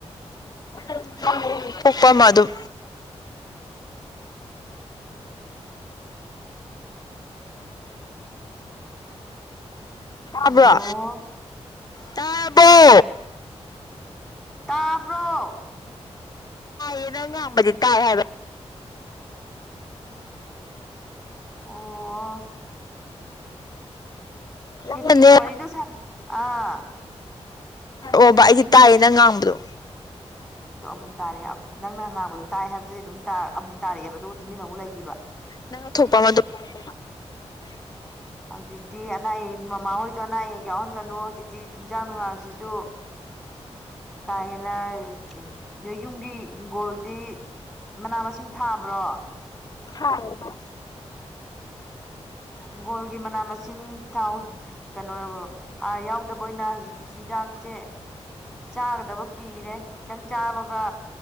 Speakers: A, on the left (about 35°); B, in the centre.
A: UNINTELLIGIBLE ꯇꯥꯕ꯭ꯔꯣ
B: ꯍꯜꯂꯣ
A: ꯇꯥꯔꯕꯣ
B: ꯇꯥꯕ꯭ꯔꯣ
A: ꯃꯤꯅ ꯉꯥꯡꯕꯗꯤ ꯇꯥꯏ ꯍꯥꯏꯕ
B: ꯑꯣꯑꯣ
A: ꯅꯪꯅꯅꯦ
B: ꯈꯦꯆꯤꯒꯤ ꯋꯥꯔꯤꯗꯨ ꯁꯥꯟ ꯑꯥ
A: ꯑꯣꯕ ꯑꯩꯗꯤ ꯇꯥꯏꯌꯦ ꯅꯪ ꯉꯥꯡꯕꯗꯣ
B: ꯑꯗꯨ ꯑꯃꯨꯛ ꯇꯥꯔꯦ ꯑꯃꯨꯛꯇꯪ ꯅꯪꯅ ꯉꯥꯡꯕꯗꯣ ꯇꯥꯏ ꯍꯥꯏꯕꯗꯨꯗꯤ ꯑꯗꯨꯝ ꯑꯃꯨꯛ ꯇꯥꯔꯛꯑꯦꯕ ꯑꯗꯨꯒ ꯇꯨꯃꯤꯟꯅ ꯑꯃꯨꯛ ꯂꯩꯒꯤꯕ
A: ꯅꯪꯅ ꯊꯣꯛꯄ ꯃꯥ ꯑꯗꯨꯝ ꯄꯪꯈꯨꯝ-ꯈꯨꯝꯃꯣ INAUDIBLE
B: ꯍꯧꯖꯤꯛꯇꯤ ꯑꯅꯥ- ꯑꯌꯦꯛ ꯃꯃꯥꯍꯣꯏꯗꯣ ꯑꯅꯥ- ꯑꯌꯦꯛ ꯌꯥꯎꯍꯟꯒꯅꯨ ꯍꯧꯖꯤꯛꯇꯤ ꯆꯤꯟꯖꯥꯛ ꯅꯨꯡꯉꯥꯡꯖꯤꯖꯨ ꯀꯥ ꯍꯦꯟꯅ ꯅꯣꯏ ꯌꯨꯝꯒꯤ ꯍꯤꯡꯒꯣꯜꯗꯤ ꯃꯅꯥ- ꯃꯁꯤꯡ ꯊꯥꯕ꯭ꯔꯣ
A: INAUDIBLE
B: ꯍꯤꯡꯒꯣꯜꯒꯤ ꯃꯅꯥ- ꯃꯁꯤꯡ ꯊꯥꯎ ꯀꯩꯅꯣꯑꯣ ꯍꯥꯔ ꯌꯥꯎꯗꯕ ꯑꯣꯏꯅ ꯍꯧꯖꯤꯛꯇꯤ ꯆꯤꯟꯖꯥꯛꯁꯦ ꯆꯥꯒꯗꯕ ꯀꯤꯔꯦ ꯈꯤꯇꯪꯆꯥꯕꯒ